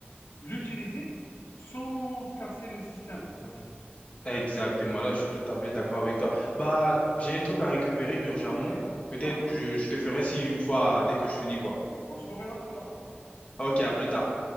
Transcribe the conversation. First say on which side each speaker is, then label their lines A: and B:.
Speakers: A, on the left; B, on the left.
A: l'utiliser sans casser le système, on va dire.
B: Exactement, là je suis tout à fait d'accord avec toi. Bah, j'ai un truc à récupérer urgemment.
A: Ok,
B: Peut-être
A: ça marche.
B: je, je te ferai si une fois dès que je finis quoi.
A: Ok, on se reverra plus tard alors.
B: Ok, à plus tard.